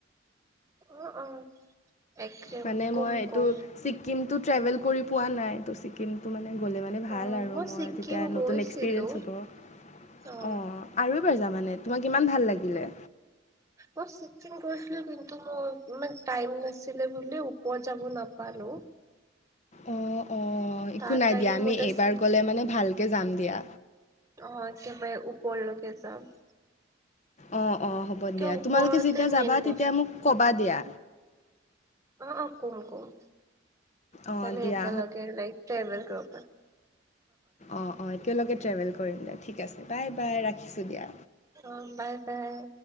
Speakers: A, on the right; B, on the left.
A: অহ, অহ, একদম
B: মানে
A: কম-
B: মই এইটো
A: কম।
B: ছিকিমটো ট্ৰেভেল কৰি পোৱা নাই তো ছিকিম কিন্তু মানে গ'লে মানে ভাল
A: অ
B: আৰু মই
A: ছিকিম
B: তেতিয়া
A: গৈছিলো
B: নতুন এক্সপিৰিয়েঞ্চ হ'ব
A: অ
B: অহ, আৰু যাবা মানে তোমাক ইমান ভাল লাগিলে?
A: অহ চিকিম গৈছিলো কিন্ত মই ইমান‌ টাইম নাছিলে বুলি ওপৰত যাব নাপালোঁ।
B: অহ, - অহ, একো
A: তাৰ
B: নাই
A: কাৰণে
B: দিয়া আমি
A: মই এতিয়া
B: এইবাৰ
A: চি
B: গলে মানে ভালকে যাম দিয়া।
A: অহ, একেবাৰে ওপৰলৈকে যাম।
B: অঁহ, অঁহ, হ'ব
A: কিয়
B: দিয়া
A: ওপৰতে
B: তোমালোকে যেতিয়া যাবা
A: মেইন
B: তেতিয়া
A: বস্তু
B: মোক ক'বা দিয়া।
A: অহ, অহ, কম-কম
B: অঁ
A: আমি
B: দিয়া
A: একেলগে লাইক ট্ৰেভেল কৰিব পাম।
B: অঁহ, অঁহ, একেলগে ট্ৰেভেল কৰিম দিয়া ঠিক আছে বাই- বাই ৰাখিছোঁ দিয়া।
A: অহ, বাই- বাই